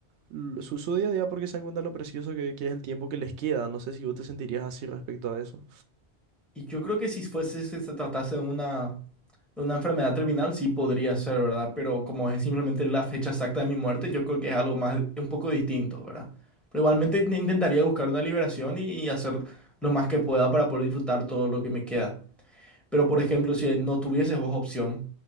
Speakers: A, on the right; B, in the centre.
A: lo- su, su día a día porque se dan cuenta lo precioso que, que es el tiempo que les queda. No sé si vos te sentirías así respecto a eso.
B: Y yo creo que si fuese, si se tratase de una, de una enfermedad terminal, sí podría ser, ¿verdad? Pero como es simplemente la fecha exacta de mi muerte, yo creo que es algo más, un poco distinto, ¿verdad? Pero igualmente in- intentaría buscar una liberación y, y hacer lo más que pueda para poder disfrutar todo lo que me queda. Pero, por ejemplo, si no tuvieses vos opción